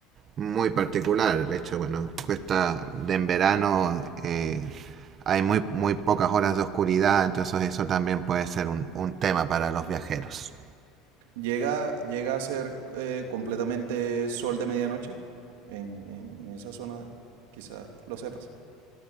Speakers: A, on the right; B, on the right.
A: muy particular. De hecho, bueno, cuesta de en verano eh, hay muy, muy pocas horas de oscuridad, entonces eso también puede ser un, un tema para los viajeros.
B: Llega, llega a ser eh, completamente sol de medianoche en, en- en esa zona, quizás lo sepas.